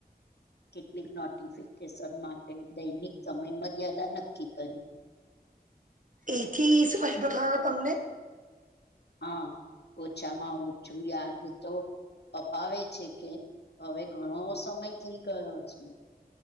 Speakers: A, on the left; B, on the right.
A: કેટલીક નોટિફિકેશન માટે દૈનિક સમય મર્યાદા નક્કી કરી.
B: એથી શું ફાયદો થયો તમને?
A: હા ઓછામાં ઓછું યાદ તો. અપાવે છે કે હવે ઘણો સમય થઈ ગયો છે.